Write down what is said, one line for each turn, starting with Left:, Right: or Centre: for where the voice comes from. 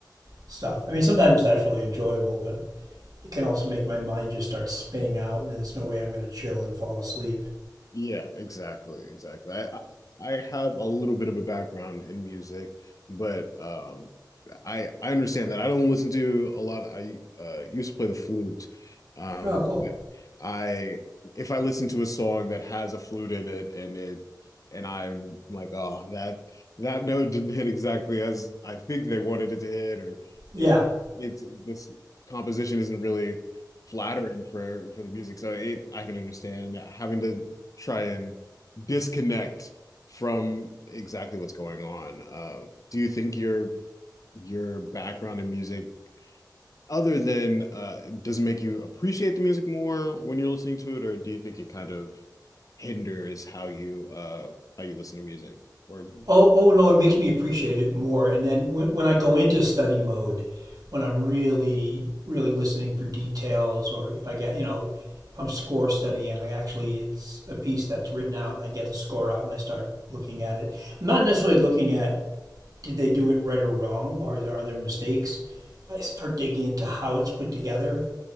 Right: stuff. I mean, sometimes that's really enjoyable, but it can also make my mind just start spinning out and there's no way I'm going to chill and fall asleep.
Left: Yeah, exactly, exactly. I I I have a little bit of a background in music, but um I I understand that I don't listen to a lot. I uh used to play the flute. Um
Right: Oh, cool.
Left: but I if I listen to a song that has a flute in it and it and I'm like, oh, that that note didn't hit exactly as I think they wanted it to hit or
Right: Yeah.
Left: it it's this composition isn't really flattering for for the music so it i can understand having to try and disconnect from exactly what's going on. Uh, do you think your your background in music, other than uh, does it make you appreciate the music more when you're listening to it, or do you think it kind of hinders how you uh, how you listen to music? Or
Right: Oh, oh no, it makes me appreciate it more. And then when, when I go into study mode, when I'm really, really listening for details, or if I get, you know, if I'm score studying, I actually, it's a piece that's written out and I get the score out and I start looking at it. I'm not necessarily looking at did they do it right or wrong, or are there mistakes? I start digging into how it's put together,